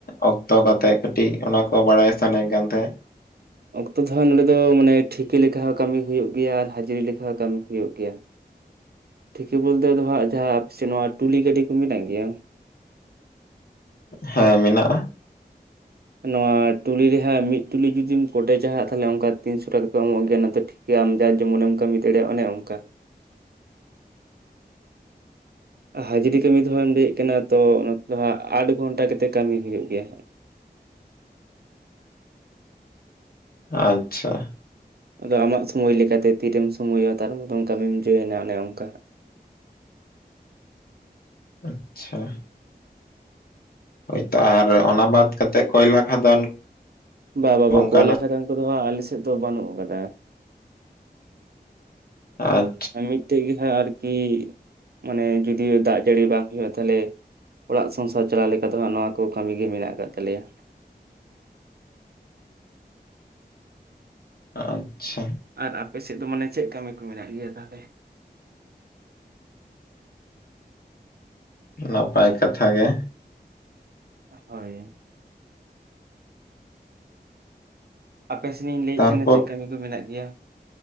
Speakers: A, on the left; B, on the right.
A: ᱚᱠᱛᱚ ᱠᱟᱛᱮᱜ ᱠᱟᱹᱴᱤᱡ ᱚᱱᱟᱠᱚ ᱵᱟᱲᱟᱭ ᱥᱟᱱᱟᱧ ᱠᱟᱱ ᱛᱟᱦᱮᱫ᱾
B: ᱚᱠᱛᱚ ᱫᱚ ᱦᱟᱸᱜ ᱱᱚᱸᱰᱮ ᱫᱚ ᱢᱟᱱᱮ ᱴᱷᱤᱠᱟᱹ ᱞᱮᱠᱷᱟ ᱦᱚᱸ ᱠᱟᱹᱢᱤ ᱦᱩᱭᱩᱜ ᱜᱮᱭᱟ ᱟᱨ ᱦᱟᱹᱡᱨᱤ ᱞᱮᱠᱟ ᱦᱚᱸ ᱠᱟᱹᱢᱤ ᱦᱩᱭᱩᱜ ᱜᱮᱭᱟ᱾ ᱴᱷᱤᱠᱮ ᱵᱚᱞᱛᱮ ᱫᱚ ᱦᱟᱸᱜ ᱡᱟᱦᱟᱸ, ᱥᱮ ᱱᱚᱣᱟ ᱴᱩᱞᱤ ᱜᱟᱹᱰᱤ ᱠᱚ ᱢᱮᱱᱟᱜ ᱜᱮᱭᱟ?
A: ᱦᱮᱸ ᱢᱮᱱᱟᱜᱼᱟ᱾
B: ᱱᱚᱣᱟ ᱴᱩᱞᱤᱮ ᱦᱟᱸᱜ ᱢᱤᱫ ᱴᱩᱞᱤ ᱡᱩᱫᱤᱢ ᱠᱚᱴᱮᱡᱟᱜ ᱛᱟᱦᱚᱞᱮ ᱚᱱᱠᱟ ᱛᱤᱱᱥᱚ ᱴᱟᱠᱟ ᱠᱚ ᱮᱢᱚᱜ ᱜᱮᱭᱟ ᱚᱱᱟ ᱫᱚ ᱴᱷᱤᱠ ᱠᱮ ᱟᱢ ᱡᱟᱨ ᱡᱮᱢᱚᱱ ᱮᱢ ᱠᱟᱹᱢᱤ ᱫᱟᱲᱮᱭᱟᱜᱼᱟ ᱚᱱᱮ ᱚᱱᱠᱟ᱾ ᱦᱟᱹᱡᱨᱤ ᱠᱟᱹᱢᱤ ᱫᱚᱦ ᱟᱢ ᱞᱟᱹᱭᱮᱫ ᱠᱟᱱᱟ ᱛᱚ ᱱᱚᱛᱮ ᱫᱚ ᱦᱟᱸᱜ ᱟᱴ ᱜᱷᱚᱱᱴᱟ ᱠᱟᱛᱮᱜ ᱠᱟᱹᱢᱤ ᱦᱩᱭᱩᱜ ᱜᱮᱭᱟ᱾
A: ᱟᱪᱪᱷᱟ
B: ᱟᱫᱚ ᱟᱢᱟᱜ ᱥᱚᱢᱚᱭ ᱞᱮᱠᱟᱛᱮ ᱛᱤᱨᱮᱢ ᱥᱚᱢᱳᱭᱚᱜᱼᱟ ᱛᱟᱨ ᱢᱚᱛᱚᱱ ᱠᱟᱹᱢᱤᱢ ᱡᱚᱭᱮᱱᱟ ᱚᱱᱮ ᱚᱱᱠᱟ ᱦᱟᱸ᱾
A: ᱟᱪᱪᱷᱟ ᱦᱳᱭᱛᱳ ᱟᱨ ᱚᱱᱟ ᱵᱟᱫ ᱠᱟᱛᱮᱜ ᱠᱚᱭᱞᱟ ᱠᱷᱟᱫᱟᱱ
B: ᱵᱟ ᱵᱟᱵᱟ
A: ᱚᱱᱠᱟᱱᱟᱜ
B: ᱠᱚᱭᱞᱟ ᱠᱷᱟᱫᱟᱱ ᱠᱚᱫᱚ ᱦᱟᱸᱜ ᱟᱞᱮ ᱥᱮᱫ ᱫᱚ ᱵᱟᱹᱱᱩᱜ ᱟᱠᱟᱫᱟ᱾
A: ᱟᱨ
B: ᱢᱤᱫᱴᱮᱡ ᱜᱮ ᱦᱟᱸᱜ ᱟᱨᱠᱤ ᱢᱟᱱᱮ ᱡᱩᱫᱤ ᱫᱟᱜ ᱡᱟᱹᱲᱤ ᱵᱟᱝ ᱦᱩᱭᱩᱜᱼᱟ ᱛᱟᱦᱚᱞᱮ ᱚᱲᱟᱜ ᱥᱚᱝᱥᱟᱨ ᱪᱟᱞᱟᱣ ᱞᱮᱠᱟ ᱫᱚ ᱦᱟᱸᱜ ᱱᱚᱣᱟ ᱠᱚ ᱠᱟᱹᱢᱤ ᱜᱮ ᱢᱮᱱᱟᱜ ᱟᱠᱟᱫ ᱛᱟᱞᱮᱭᱟ᱾
A: ᱟᱪᱪᱷᱟ
B: ᱟᱨ ᱟᱯᱮ ᱥᱮᱫ ᱫᱚ ᱢᱟᱱᱮ ᱪᱮᱫ ᱠᱟᱹᱢᱤ ᱠᱚ ᱢᱮᱱᱟᱜ ᱜᱮᱭᱟ ᱛᱟᱦᱚᱞᱮ?
A: ᱱᱟᱯᱟᱭ ᱠᱟᱛᱷᱟ ᱜᱮ᱾
B: ᱦᱳᱭ ᱟᱯᱮᱥᱮᱱ ᱤᱧ ᱞᱟᱹᱭᱮᱫ
A: ᱛᱟᱨᱯᱚᱨ
B: ᱠᱟᱱᱟ ᱪᱮᱫ ᱠᱟᱹᱢᱤ ᱠᱚ ᱢᱮᱱᱟᱜ ᱜᱮᱭᱟ?